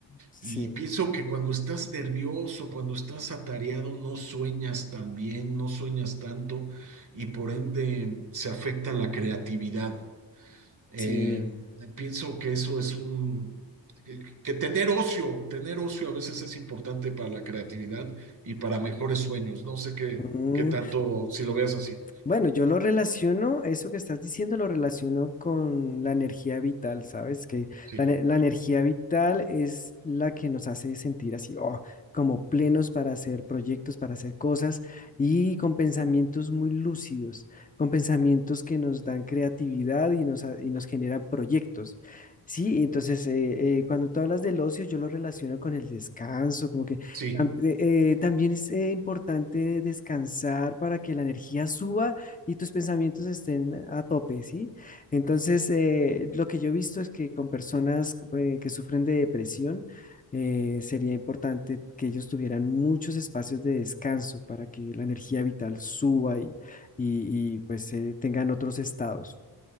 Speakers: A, on the left; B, on the right.
A: Sí,
B: Y pienso que cuando estás nervioso, cuando estás atareado, no sueñas tan bien, no sueñas tanto y por ende se afecta la creatividad. Eh,
A: sí.
B: pienso que eso es un, que, que tener ocio, tener ocio a veces es importante para la creatividad y para mejores sueños. No sé qué,
A: Mm.
B: qué tanto, si lo veas así.
A: Bueno, yo lo relaciono, eso que estás diciendo lo relaciono con la energía vital, ¿sabes? Que
B: Sí,
A: la, ne- la energía vital es la que nos hace sentir así, oh, como plenos para hacer proyectos, para hacer cosas y con pensamientos muy lúcidos, con pensamientos que nos dan creatividad y nos, ha- y nos generan proyectos. Sí, entonces eh, eh, cuando tú hablas del ocio, yo lo relaciono con el descanso, como que
B: sí.
A: tam- eh, eh, también es eh, importante descansar para que la energía suba y tus pensamientos estén a tope, ¿sí? Entonces, eh, lo que yo he visto es que con personas eh, que sufren de depresión, eh, sería importante que ellos tuvieran muchos espacios de descanso para que la energía vital suba y, y- y, pues eh, tengan otros estados